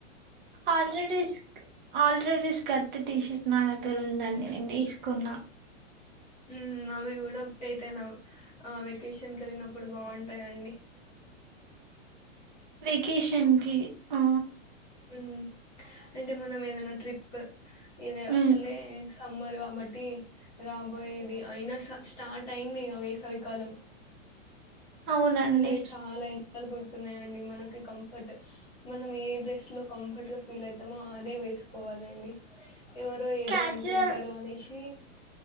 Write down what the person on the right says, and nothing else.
ఆల్రెడీ ఇష్క్ ఆల్ ఎబ్రాయిడరీ రిస్క్ వద్దు టీషర్ట్ నా దగ్గర ఉందండి నేను తీసుకున్నా
వెకేషన్ కి ఆ
ఉమ్,
అవునండి
క్యాజువల్